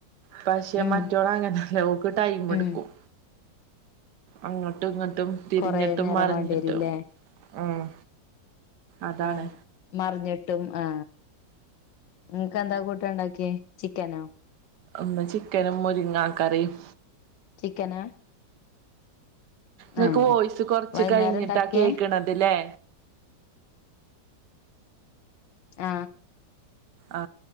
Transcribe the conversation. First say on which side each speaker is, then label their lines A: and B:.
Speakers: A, on the right; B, on the left.
A: പക്ഷെ
B: ഉം
A: മറ്റോള് അങ്ങ്ട്ടല്ല ഓക്ക് ടൈം ഇടുക്കും
B: ഉം
A: അങ്ങ്ട്ട് ഇങ്ങ്ട്ടും തിർഞ്ഞിട്ടും
B: കൊറേ നേരം
A: മർഞ്ഞിട്ടും
B: വേണ്ടിവരുംല്ലേ
A: ഉം അതാണ്.
B: ആഹ് മറിഞ്ഞിട്ടും ആ നിങ്ങക്ക് എന്താ കൂട്ടാൻഉണ്ടാക്കിയേചിക്കനോ?
A: ഒന്ന് ചിക്കനും, മുരിങ്ങാ കറിയും.
B: ചിക്കനാ
A: നിങ്ങക്ക്
B: ആഹ്
A: വോയിസ് കൊറച്ച്
B: വൈന്നേരം
A: കഴിഞ്ഞിട്ടാ
B: ഇണ്ടാക്കിയേ
A: കേക്ക്ണതില്ലേ?
B: ആ
A: ആ